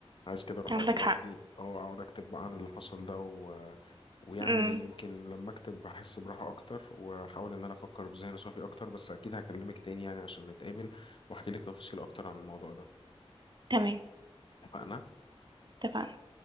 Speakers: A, on the left (about 55°); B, on the right (about 45°).
A: عايز كده اروح
B: عندك
A: اقعد لوحدي
B: حق
A: او اقعد اكتب بقى عن اللي حصل ده و... ويعني
B: امم
A: يمكن لما اكتب بحس براحه اكتر واحاول ان انا افكر بذهن صافي اكتر بس اكيد هكلمك تاني يعني عشان نتقابل واحكي لك تفاصيل اكتر عن الموضوع ده
B: تمام
A: اتفقنا
B: اتفقنا